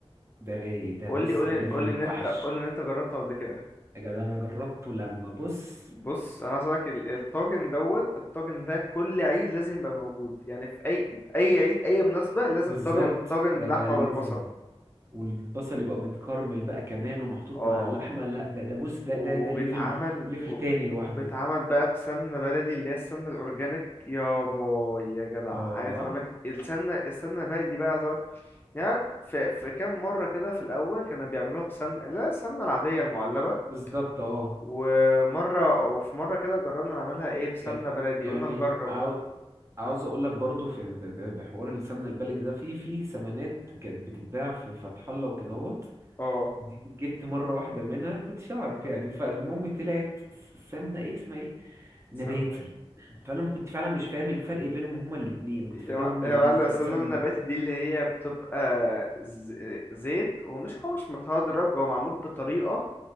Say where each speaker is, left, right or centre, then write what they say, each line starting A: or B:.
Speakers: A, on the right (about 25°); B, on the left (about 20°).
A: ده رايق ده
B: قول
A: بص
B: لي قول
A: ده
B: لي
A: ليفل
B: قول لي
A: الوحش
B: ان انت قول لي ان انت جربته قبل كده
A: يا جدع أنا جربته لما بص
B: بص انا عايز اقول لك ال- الطاجن دوت الطاجن ده كل عيد لازم يبقى موجود يعني في اي اي عيد اي مناسبه لازم
A: بالظبط
B: طاجن طاجن
A: ده
B: لحمه
A: لازم
B: بالبصل
A: والبصل يبقى متكرمل بقى كمان ومحطوط
B: اه
A: مع اللحمة لا ده ده بص ده
B: وبيتعمل
A: ده ده ليفل ليفل
B: و-
A: تاني لوحده
B: وبيتعمل بقى بسمنة بلدي اللي هي السمنة الأورجانيك يا باي يا جدع
A: اه
B: عايز أقولك السمنة السمنة البلدي بقى عايز أقولك يعني في, في كام مرة كده في الأول كانوا بيعملوها بسمنة لا السمنة العادية المعلبة
A: بالظبط اه
B: ومرة وفي مرة كده جربنا نعملها إيه بسمنة
A: ي-
B: بلدي
A: يعني
B: قلنا نجرب
A: عاو- عاوز اقول لك برضو في في- في- بحوار السمنه البلدي ده في في سمنات كانت بتتباع في فتح الله وكدهوت
B: اه
A: دي جبت مره واحده منها كنتش اعرف يعني فالمهم طلعت السمنه ايه اسمها ايه
B: سمنة
A: نباتي فانا م- كنت فعلا مش فاهم الفرق بينهم هما الاتنين كنت
B: يا
A: فاكرهم
B: مع-
A: هما
B: يا
A: الاتنين
B: معلم
A: س-
B: السمنة
A: سمنه
B: النباتي دي اللي هي بتبقى ز- زيت ومش هو مش متهدرج هو معمول بطريقة